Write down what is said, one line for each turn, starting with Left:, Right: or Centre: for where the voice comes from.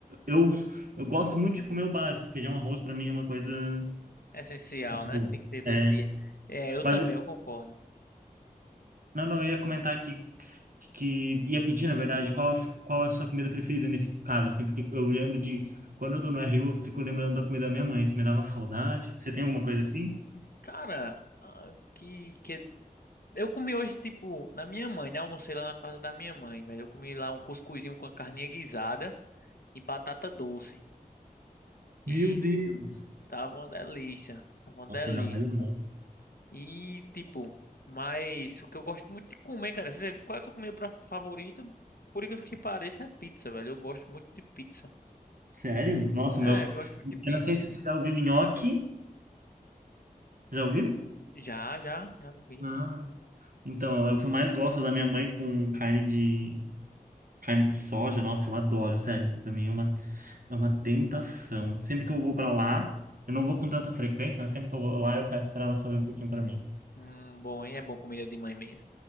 Right: eu, eu gosto muito de comer o básico. Feijão, arroz, para mim é uma coisa
Left: É essencial,
Right: muito
Left: né?
Right: boa.
Left: Tem que ter todo
Right: É,
Left: dia. É, eu
Right: mas,
Left: também, eu concordo.
Right: não, não, eu ia comentar que, que ia pedir, na verdade, qual, qual é a sua comida preferida nesse caso, assim, porque eu lembro de, quando eu tô no RU, eu fico lembrando da comida da minha mãe, se me dá uma saudade. Você tem alguma coisa assim?
Left: Cara, ah, que, que... Eu comi hoje, tipo, na minha mãe, né? Almocei lá na casa da minha mãe, velho. Eu comi lá um cuscuzinho com a carninha guisada e batata doce. E
Right: Meu Deus!
Left: Tava uma delícia. Tava uma
Right: Nossa,
Left: delícia.
Right: ainda mais não.
Left: E, tipo, mas o que eu gosto muito de comer, cara. Você, qual é o tua comida pra- favorita? Por incrível que pareça, é pizza, velho. Eu gosto muito de pizza.
Right: Sério? Nossa,
Left: É,
Right: o meu...
Left: eu gosto muito de pizza.
Right: Eu não sei se você já ouviu nhoque. Já ouviu?
Left: Já, já, já vi.
Right: Ah, então, é o que eu mais gosto da minha mãe com carne de Carne de soja, nossa, eu adoro, sério. Pra mim é uma, é uma tentação. Sempre que eu vou pra lá, eu não vou com tanta frequência, mas sempre que eu vou lá, eu peço pra ela fazer um pouquinho pra mim.
Left: Hum, bom, hein? É bom comida de mãe mesmo.